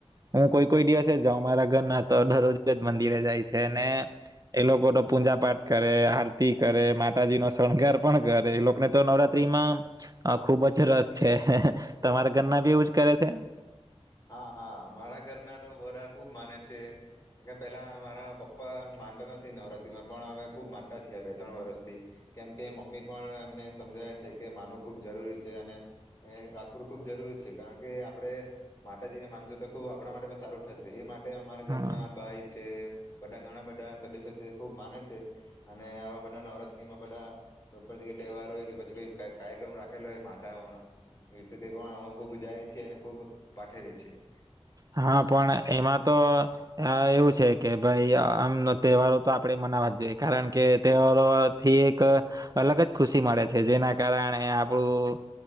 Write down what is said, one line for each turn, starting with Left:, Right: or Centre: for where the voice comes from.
Right: હું કોઈ કોઈ દિવસે જ જાઉં મારા. ગન્ના તો દરરોજ જ મંદિરે જાય છે ને એ લોકો તો પૂજા પાઠ કરે આરતી કરે માતાજી નો શણગાર પણ કરે એ લોકોને તો નવરાત્રી માં ખુબ જ રસ છે તમારા ગન્ના બી એવુંજ કરે છે.
Left: હા હા મારા ઘરના તો બોરા ખુબ માને છે પેલા મારા પપ્પા માનતા નથી નવરાત્રીમાં પણ હવે ખુબ માનતા છીએ બે ત્રણ વર્ષથી કેમકે મમ્મી પણ એમને સમજાવે છે કે માનવું ખૂબ જરૂરી છે અને રાખવું ખૂબ જરૂરી છે કારણ કે આપડ. માતા જને માનસો તો ખુબ આપણા માટે પણ સારું થશે એ માટે. અમારા
Right: હા
Left: ઘરના ભાઈ છે. બધા ઘણા બધા સદસ્યો છે ખુબ માને છે અને આવા બધા નવરાત્રીમાં બધા કોઈગ્યા તહેવાર હોય કે પછી કો કાર્યક્રમ રાખેલો હોય માતા પણ અ ખૂબ જાય છે અને ખબ. ઠવે છે.
Right: હા પણ એમાં તો એવું છે કે ભાઈ આમ તહેવારો તો આપણેે મનાવા જ જોઈએ કારણ કે તહેવારોથી એક અલગ જ ખુશી મળે છે જેના કારણે આપણું